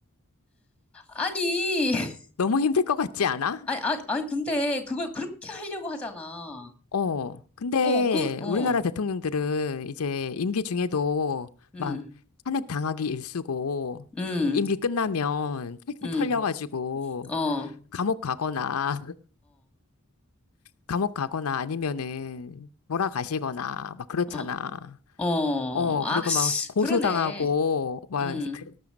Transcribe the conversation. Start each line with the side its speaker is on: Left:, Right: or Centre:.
Centre: 아니, <laughs>
Left: 너무 힘들 것 같지 않아?
Centre: 아니, 아니, 아니, 근데 그걸 그렇게 하려고 하잖아.
Left: 어, 근데
Centre: 어, 그, 어,
Left: 우리나라 대통령들은 이제 임기 중에도
Centre: 음,
Left: 막 탄핵 당하기 일쑤고
Centre: 음,
Left: 임기 끝나면 탈탈
Centre: 음,
Left: 털려가지고
Centre: 어, 어,
Left: 감옥 가거나 <laughs> 감옥 가거나 아니면은 몰아가시거나 막 그렇잖아.
Centre: 어, 어,
Left: 어,
Centre: 아,
Left: 그리고 막 고소당하고
Centre: 그러네.
Left: 막
Centre: 음.
Left: 그-